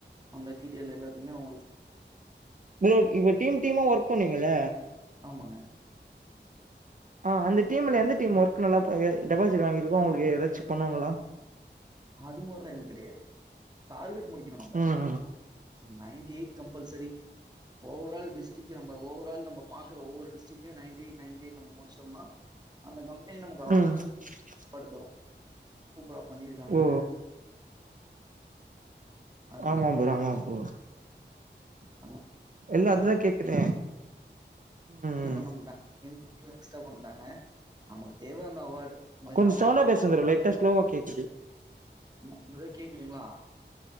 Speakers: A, on the right (about 20°); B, on the right (about 45°).
A: அந்த டீடைல் எல்லாத்தமே அவுங்களுக்கு
B: பிரதர் இப்ப டீம் டீமா ஒர்க் பண்ணுவீங்கள்ல
A: ஆமாங்க
B: ஆ அந்த டீம்ல எந்த டீம் ஒர்க் நல்லா பா டெபாசிட் வாங்கிருக்கோ அவங்களுக்கு ஏதாச்சு பண்ணுவங்களா
A: அது மாரி எல்லா எதுவு கெடையாது டார்கெட் முடிக்கணு நம்ம
B: ம்
A: ninety eight compulsory overall district நம்ம ஓவரால் நம்ம பாக்குற ஒவ்வொரு டிஸ்டிக்ட் லையு நைன்டி எயிட் நைன்டி எயிட் நம்ம முடிச்சோம்னா அந்த கம்பனி நமக்கு அவார்ட்
B: ஆ
A: படுத்துரு சூப்பரா பண்ணிருக்காங்க
B: ஓ
A: அதுதான்.
B: ஆமா ப்ரோ ஆமா ப்ரோ
A: <unintelligible>
B: இல்ல அதுதா கேக்குறே ம்
A: ஒன்னு பண்ண மாட்டங்க எது எக்ஸ்ட்ரா பண்ண மாட்டாங்க நமக்கு தேவ அந்த அவார்டு நம்ம
B: கொஞ்சோ
A: இந்த அவார்ட்
B: சவுண்ட பேசுங்க ப்ரோ லைட்டா ஸ்லோவா கேக்குது
A: என்ன ப்ரதர் கேக்குதுங்களா